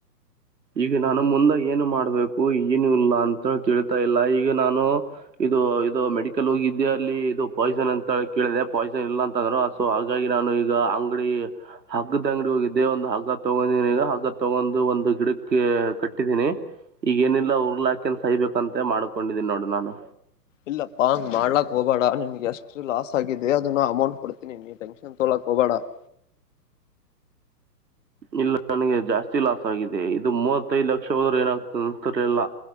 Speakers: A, on the right (about 80°); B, on the left (about 50°).
A: ಈಗ ನಾನು ಮುಂದಾಗ ಏನು ಮಾಡ್ಬೇಕು ಏನು ಇಲ್ಲ ಅಂತ ತಿಳಿತಾ ಇಲ್ಲ ಈಗ ನಾನು ಇದು ಇದು ಮೆಡಿಕಲ್ ಹೋಗಿದೆ ಅಲ್ಲಿ ಇದು ಪಾಯ್ಸನ್ ಅಂತ ಕೇಳಿದೆ ಪಾಯ್ಸನ್ ಇಲ್ಲಾ ಅಂತ ಅಂದ್ರರು ಸೊ ಹಾಗಾಗಿ ನಾನು ಈಗ ಅಂಗಡಿ ಹಗ್ಗದ ಅಂಗಡಿ ಹೋಗಿದ್ದೆ ಒಂದು ಹಗ್ಗ ತಗೊಂಡ ಈಗ ಹಗ್ಗ ತಗೊಂಡ್ ಒಂದು ಗಿಡ ಕಟ್ಟಿದ್ದೀನಿ ಈಗ ಏನಿಲ್ಲ ಉರ್ಲ ಹಾಕನ್ ಸಹಬೇಕಂತ ಮಾಡ್ಕೊಂಡಿದ್ದೀನಿ ನೋಡು ನಾನು
B: ಇಲ್ಲಪ್ಪಾ ಹಂಗ್ ಮಾಡಲಾಕ್ ಹೋಗಬೇಡ ನನ್ಗೆ ಎಷ್ಟು ಲಾಸ್ ಆಗಿದೆ ಅದನ್ನ ಅಮೌಂಟ್ ಕೊಡ್ತೀನಿ ನೀ ತೋಲ ಕೊಬಡ <unintelligible>
A: ಇಲ್ಲ ನನಗೆ ಜಾಸ್ತಿ ಲಾಸ್ ಆಗಿದೆ ಇದು ಮೂವತ್ತೈದ್ ಲಕ್ಷ ಹೋದ್ರೆ ಏನಾಗ್ತ ಅನ್ತಲಿಲ್ಲ